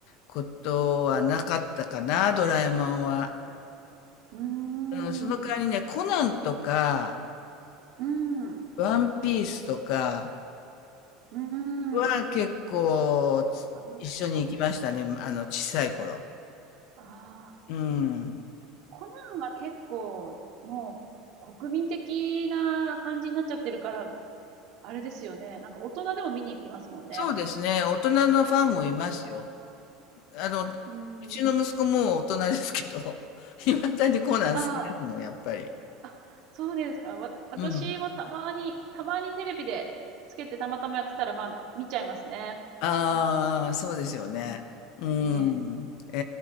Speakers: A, on the left; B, on the right.
A: ことはなかったかな、ドラえもんは。
B: うーん。
A: うん、その代わりね、
B: う
A: コナンとか、
B: ーん。
A: ワンピースとか、
B: うーん。
A: は結構つ一緒に行きましたね、
B: ああ。
A: あの、小さい頃。
B: ああ。
A: うん。
B: コナンは結構、もう、国民的な感じになっちゃってるから、あれですよね。なんか大人でも見に行きますもんね。
A: そうですね、大人のファンもいますよ。
B: うん。
A: あの、う
B: うん。
A: ちの息子もう大人ですけど、<laughs> いまだにコナン好きですもん、
B: あ
A: やっぱり。
B: あ、あ、そうですか。わ、私もたまに、
A: うん。
B: たまにテレビでつけてたまたまやってたら、まあ、見ちゃいますね。
A: ああ、そうですよね。
B: うん。
A: うん。
B: ね
A: え